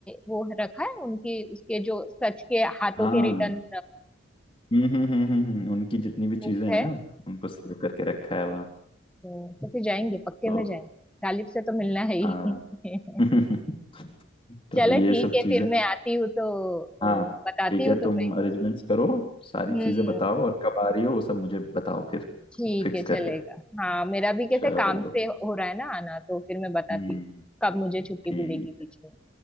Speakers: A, in the centre; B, on the left (about 30°).
A: वो रखा है उनकी उसके जो सच के हाथों
B: हाँ
A: के रिटर्न
B: हम्म हम्म हम्म हम्म हम्म, उनकी जितनी भी चीजें
A: बुक
B: हैं
A: है
B: ना उनको सेव करके रखा है
A: तो, तो फिर जाएंगे पक्के
B: तो
A: में जाएंगे गालिब से तो मिलना है ही
B: हाँ
A: <laughs>
B: <laughs> तो
A: चलो
B: ये
A: ठीक
B: सब
A: है
B: चीजें
A: फिर मैं आती हूँ तो, तो
B: हाँ
A: बताती
B: ठीक
A: हूँ
B: है तुम
A: तुम्हें
B: अरेंजमेंट्स करो सारी
A: हम्म
B: चीजें बताओ और कब आ रही हो वो सब मुझे बताओ फिर
A: ठीक
B: फिक्स
A: है चलेगा
B: करके
A: हाँ मेरा भी कैसे
B: चलो
A: काम से हो रहा है ना आना तो फिर मैं बताती
B: हम्म
A: हूँ कब मुझे छुट्टी
B: ठीक
A: मिलेगी बीच
B: है
A: में